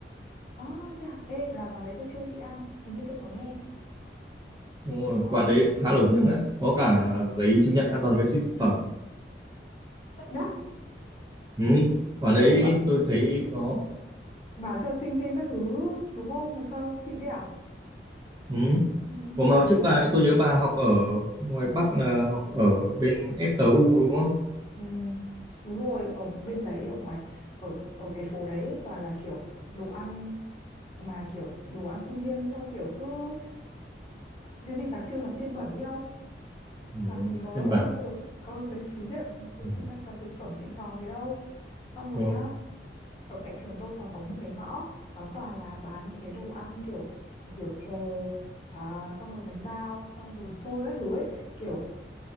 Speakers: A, on the left; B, on the right.
A: Ờ thế à. Ê là quán đấy tôi chưa đi ăn, hình như tôi có nghe.
B: Đúng rồi,
A: Ờ
B: quán đấy khá nổi tiếng đấy. Có cả
A: ờ.
B: giấy chứng nhận an toàn vệ sinh thực phẩm.
A: Đắt,
B: Ừ. Quán đấy
A: kiểu bạn
B: tôi thấy có.
A: bán cho sinh viên các thứ đúng không? Mà sao xịn thế à?
B: Ừ.
A: Ừ,
B: Còn mà
A: được
B: trước
A: ok.
B: bà, tôi nhớ bà học ở ngoài Bắc là học ở bên E.T.U đúng không?
A: Ừ, đúng rồi, ở bên đấy ở ngoài ở ở cái phố đấy ấy, toàn là kiểu đồ ăn mà kiểu đồ ăn sinh viên không kiểu cứ cái gì đặc trưng là xiên bẩn ý không?
B: Ừ.
A: làm gì có
B: Sơn Bản.
A: bao giờ có giấy chứng nhận vệ
B: Ừ.
A: sinh an toàn thực phẩm xịn sò thế đâu xong rồi
B: Ừ.
A: nhá ở cạnh trường tôi còn có một cái ngõ nó toàn là bán những cái đồ ăn kiểu kiểu chè à, xong rồi bánh bao xong rồi xôi các thứ ấy kiểu